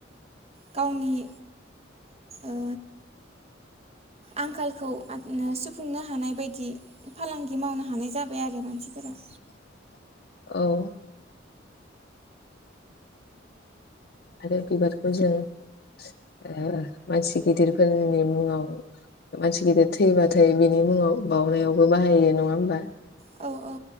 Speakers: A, on the right (about 35°); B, on the left (about 55°).
A: गावनि ओ आंखालखौ आङ ओ सुफुंनो हानाय बायदि फालांगि मावनो हानाय जाबाय आरो मानसिफोरा।
B: <inaudible> औ आरो बिबारखौ जों ओ मानसि गिदिरफोरनि मुङाव मानसि गिदिर थैबाथाय बिनि मुङाव बावउनायावबो बाहायो नङा होमबा?
A: औ औ